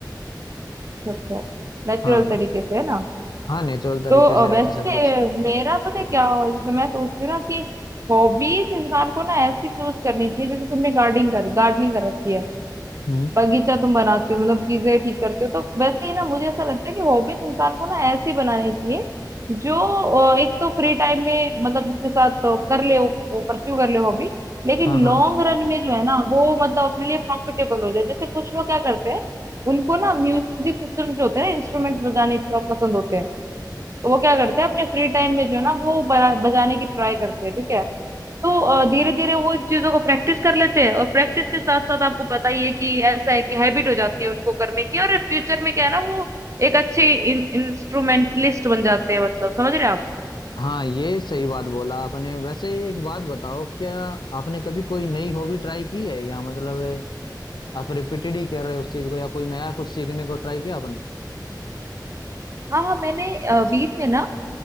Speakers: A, on the right; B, on the left.
A: अच्छा अच्छा नेचुरल
B: हाँ
A: तरीके से है ना
B: हाँ नेचुरल तरीके
A: तो अ,
B: से
A: वैसे
B: रहता सब कुछ
A: मेरा पता है क्या हो जैसे मैं सोचती हूँ ना कि हॉबीज इंसान को ना ऐसी चूज करनी चाहिए जैसे तुमने गार्डनिंग कर गार्डनिंग कर रखी है
B: हम्म
A: बगीचा तुम बनाते हो मतलब चीजें ठीक करते हो तो वैसे ही ना मुझे ऐसा लगता है कि हॉबीज इंसान को ना ऐसी बनानी चाहिए जो अ, एक तो फ्री टाइम में मतलब उसके साथ तो कर ले वो परस्यू कर ले हॉबी लेकिन
B: हाँ हाँ
A: लॉन्ग रन में जो है ना वो मतलब अपने लिए प्रॉफिटेबल हो जाए जैसे कुछ लोग क्या करते हैं उनको ना म्यूजिक सिस्टम जो होते हैं ना इंस्ट्रूमेंट्स बजाने का पसंद होते हैं तो वो क्या करते हैं अपने फ्री टाइम में जो है ना वो बजा- बजाने की ट्राई करते हैं ठीक है तो धीरे धीरे वो इन चीजों को प्रैक्टिस कर लेते हैं और प्रैक्टिस के साथ साथ आपको पता ही है कि ऐसा है कि हैबिट हो जाती है उनको करने की और फ्यूचर में क्या है ना वो एक अच्छे इंस्ट्रूमेंटलिस्ट बन जाते हैं मतलब समझ रहे हैं आप
B: हाँ ये सही बात बोला आपने वैसे एक बात बताओ क्या आपने कभी कोई नई हॉबी ट्राई की है या मतलब आप रिपीटेड ही कर रहे हो उस चीज को या कुछ नया कुछ सीखने को ट्राई किया आपने
A: हाँ हाँ मैंने अ, बीच में ना